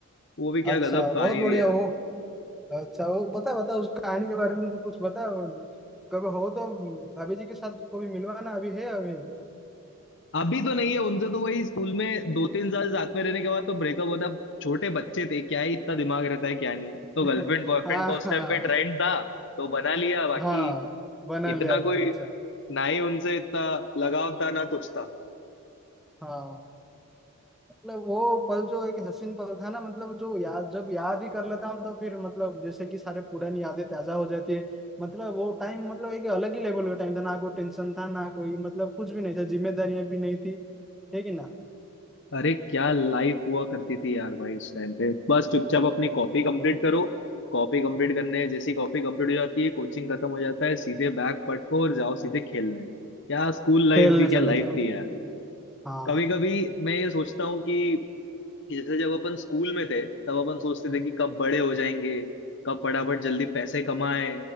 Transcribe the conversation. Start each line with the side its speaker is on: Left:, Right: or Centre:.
Left: वो भी क्या
Centre: अच्छा
Left: गजब कहानी
Centre: बहुत बढ़िया
Left: थी यार
Centre: ओ अच्छा वो बता बता उस कहानी के बारे में तो कुछ बता कभी हो तो भाभी जी के साथ कभी मिलवाना अभी है अभी
Left: अभी तो नहीं है उनसे तो वही स्कूल में दो तीन साल साथ में रहने के बाद तो ब्रेकअप होता अब छोटे बच्चे थे क्या ही इतना दिमाग रहता है क्या नहीं तो
Centre: <laughs>
Left: गर्लफ्रेंड बॉयफ्रेंड
Centre: हाँ
Left: का उस
Centre: हाँ
Left: टाइम पे ट्रेंड था तो बना लिया बाकी
Centre: हाँ बना लिया
Left: इतना
Centre: था
Left: कोई
Centre: अच्छा
Left: ना ही उनसे इतना लगाव था ना कुछ था
Centre: हाँ मतलब वो पल जो एक हसीन पल था ना मतलब जो याद जब याद ही कर लेता हूँ तो फिर मतलब जैसे कि सारे पुरानी यादें ताजा हो जाती है मतलब वो टाइम मतलब एक अलग ही लेवल का टाइम था ना कोई टेंशन था ना कोई मतलब कुछ भी नहीं था जिम्मेदारियां भी नहीं थी है कि ना
Left: अरे क्या लाइफ हुआ करती थी यार भाई उस टाइम पे बस चुपचाप अपनी कॉपी कंप्लीट करो कॉपी कंप्लीट करने जैसी कॉपी कंप्लीट हो जाती है कोचिंग खत्म हो जाता है सीधे बैग पटको और जाओ सीधे खेलने क्या स्कूल लाइफ
Centre: खेलने
Left: भी क्या
Centre: चले
Left: लाइफ
Centre: जाओ
Left: थी यार
Centre: हाँ
Left: कभी कभी मैं ये सोचता हूँ कि कि जैसे जब अपन स्कूल में थे तब अपन सोचते थे कि कब बड़े हो जाएंगे कब फटाफट जल्दी पैसे कमाए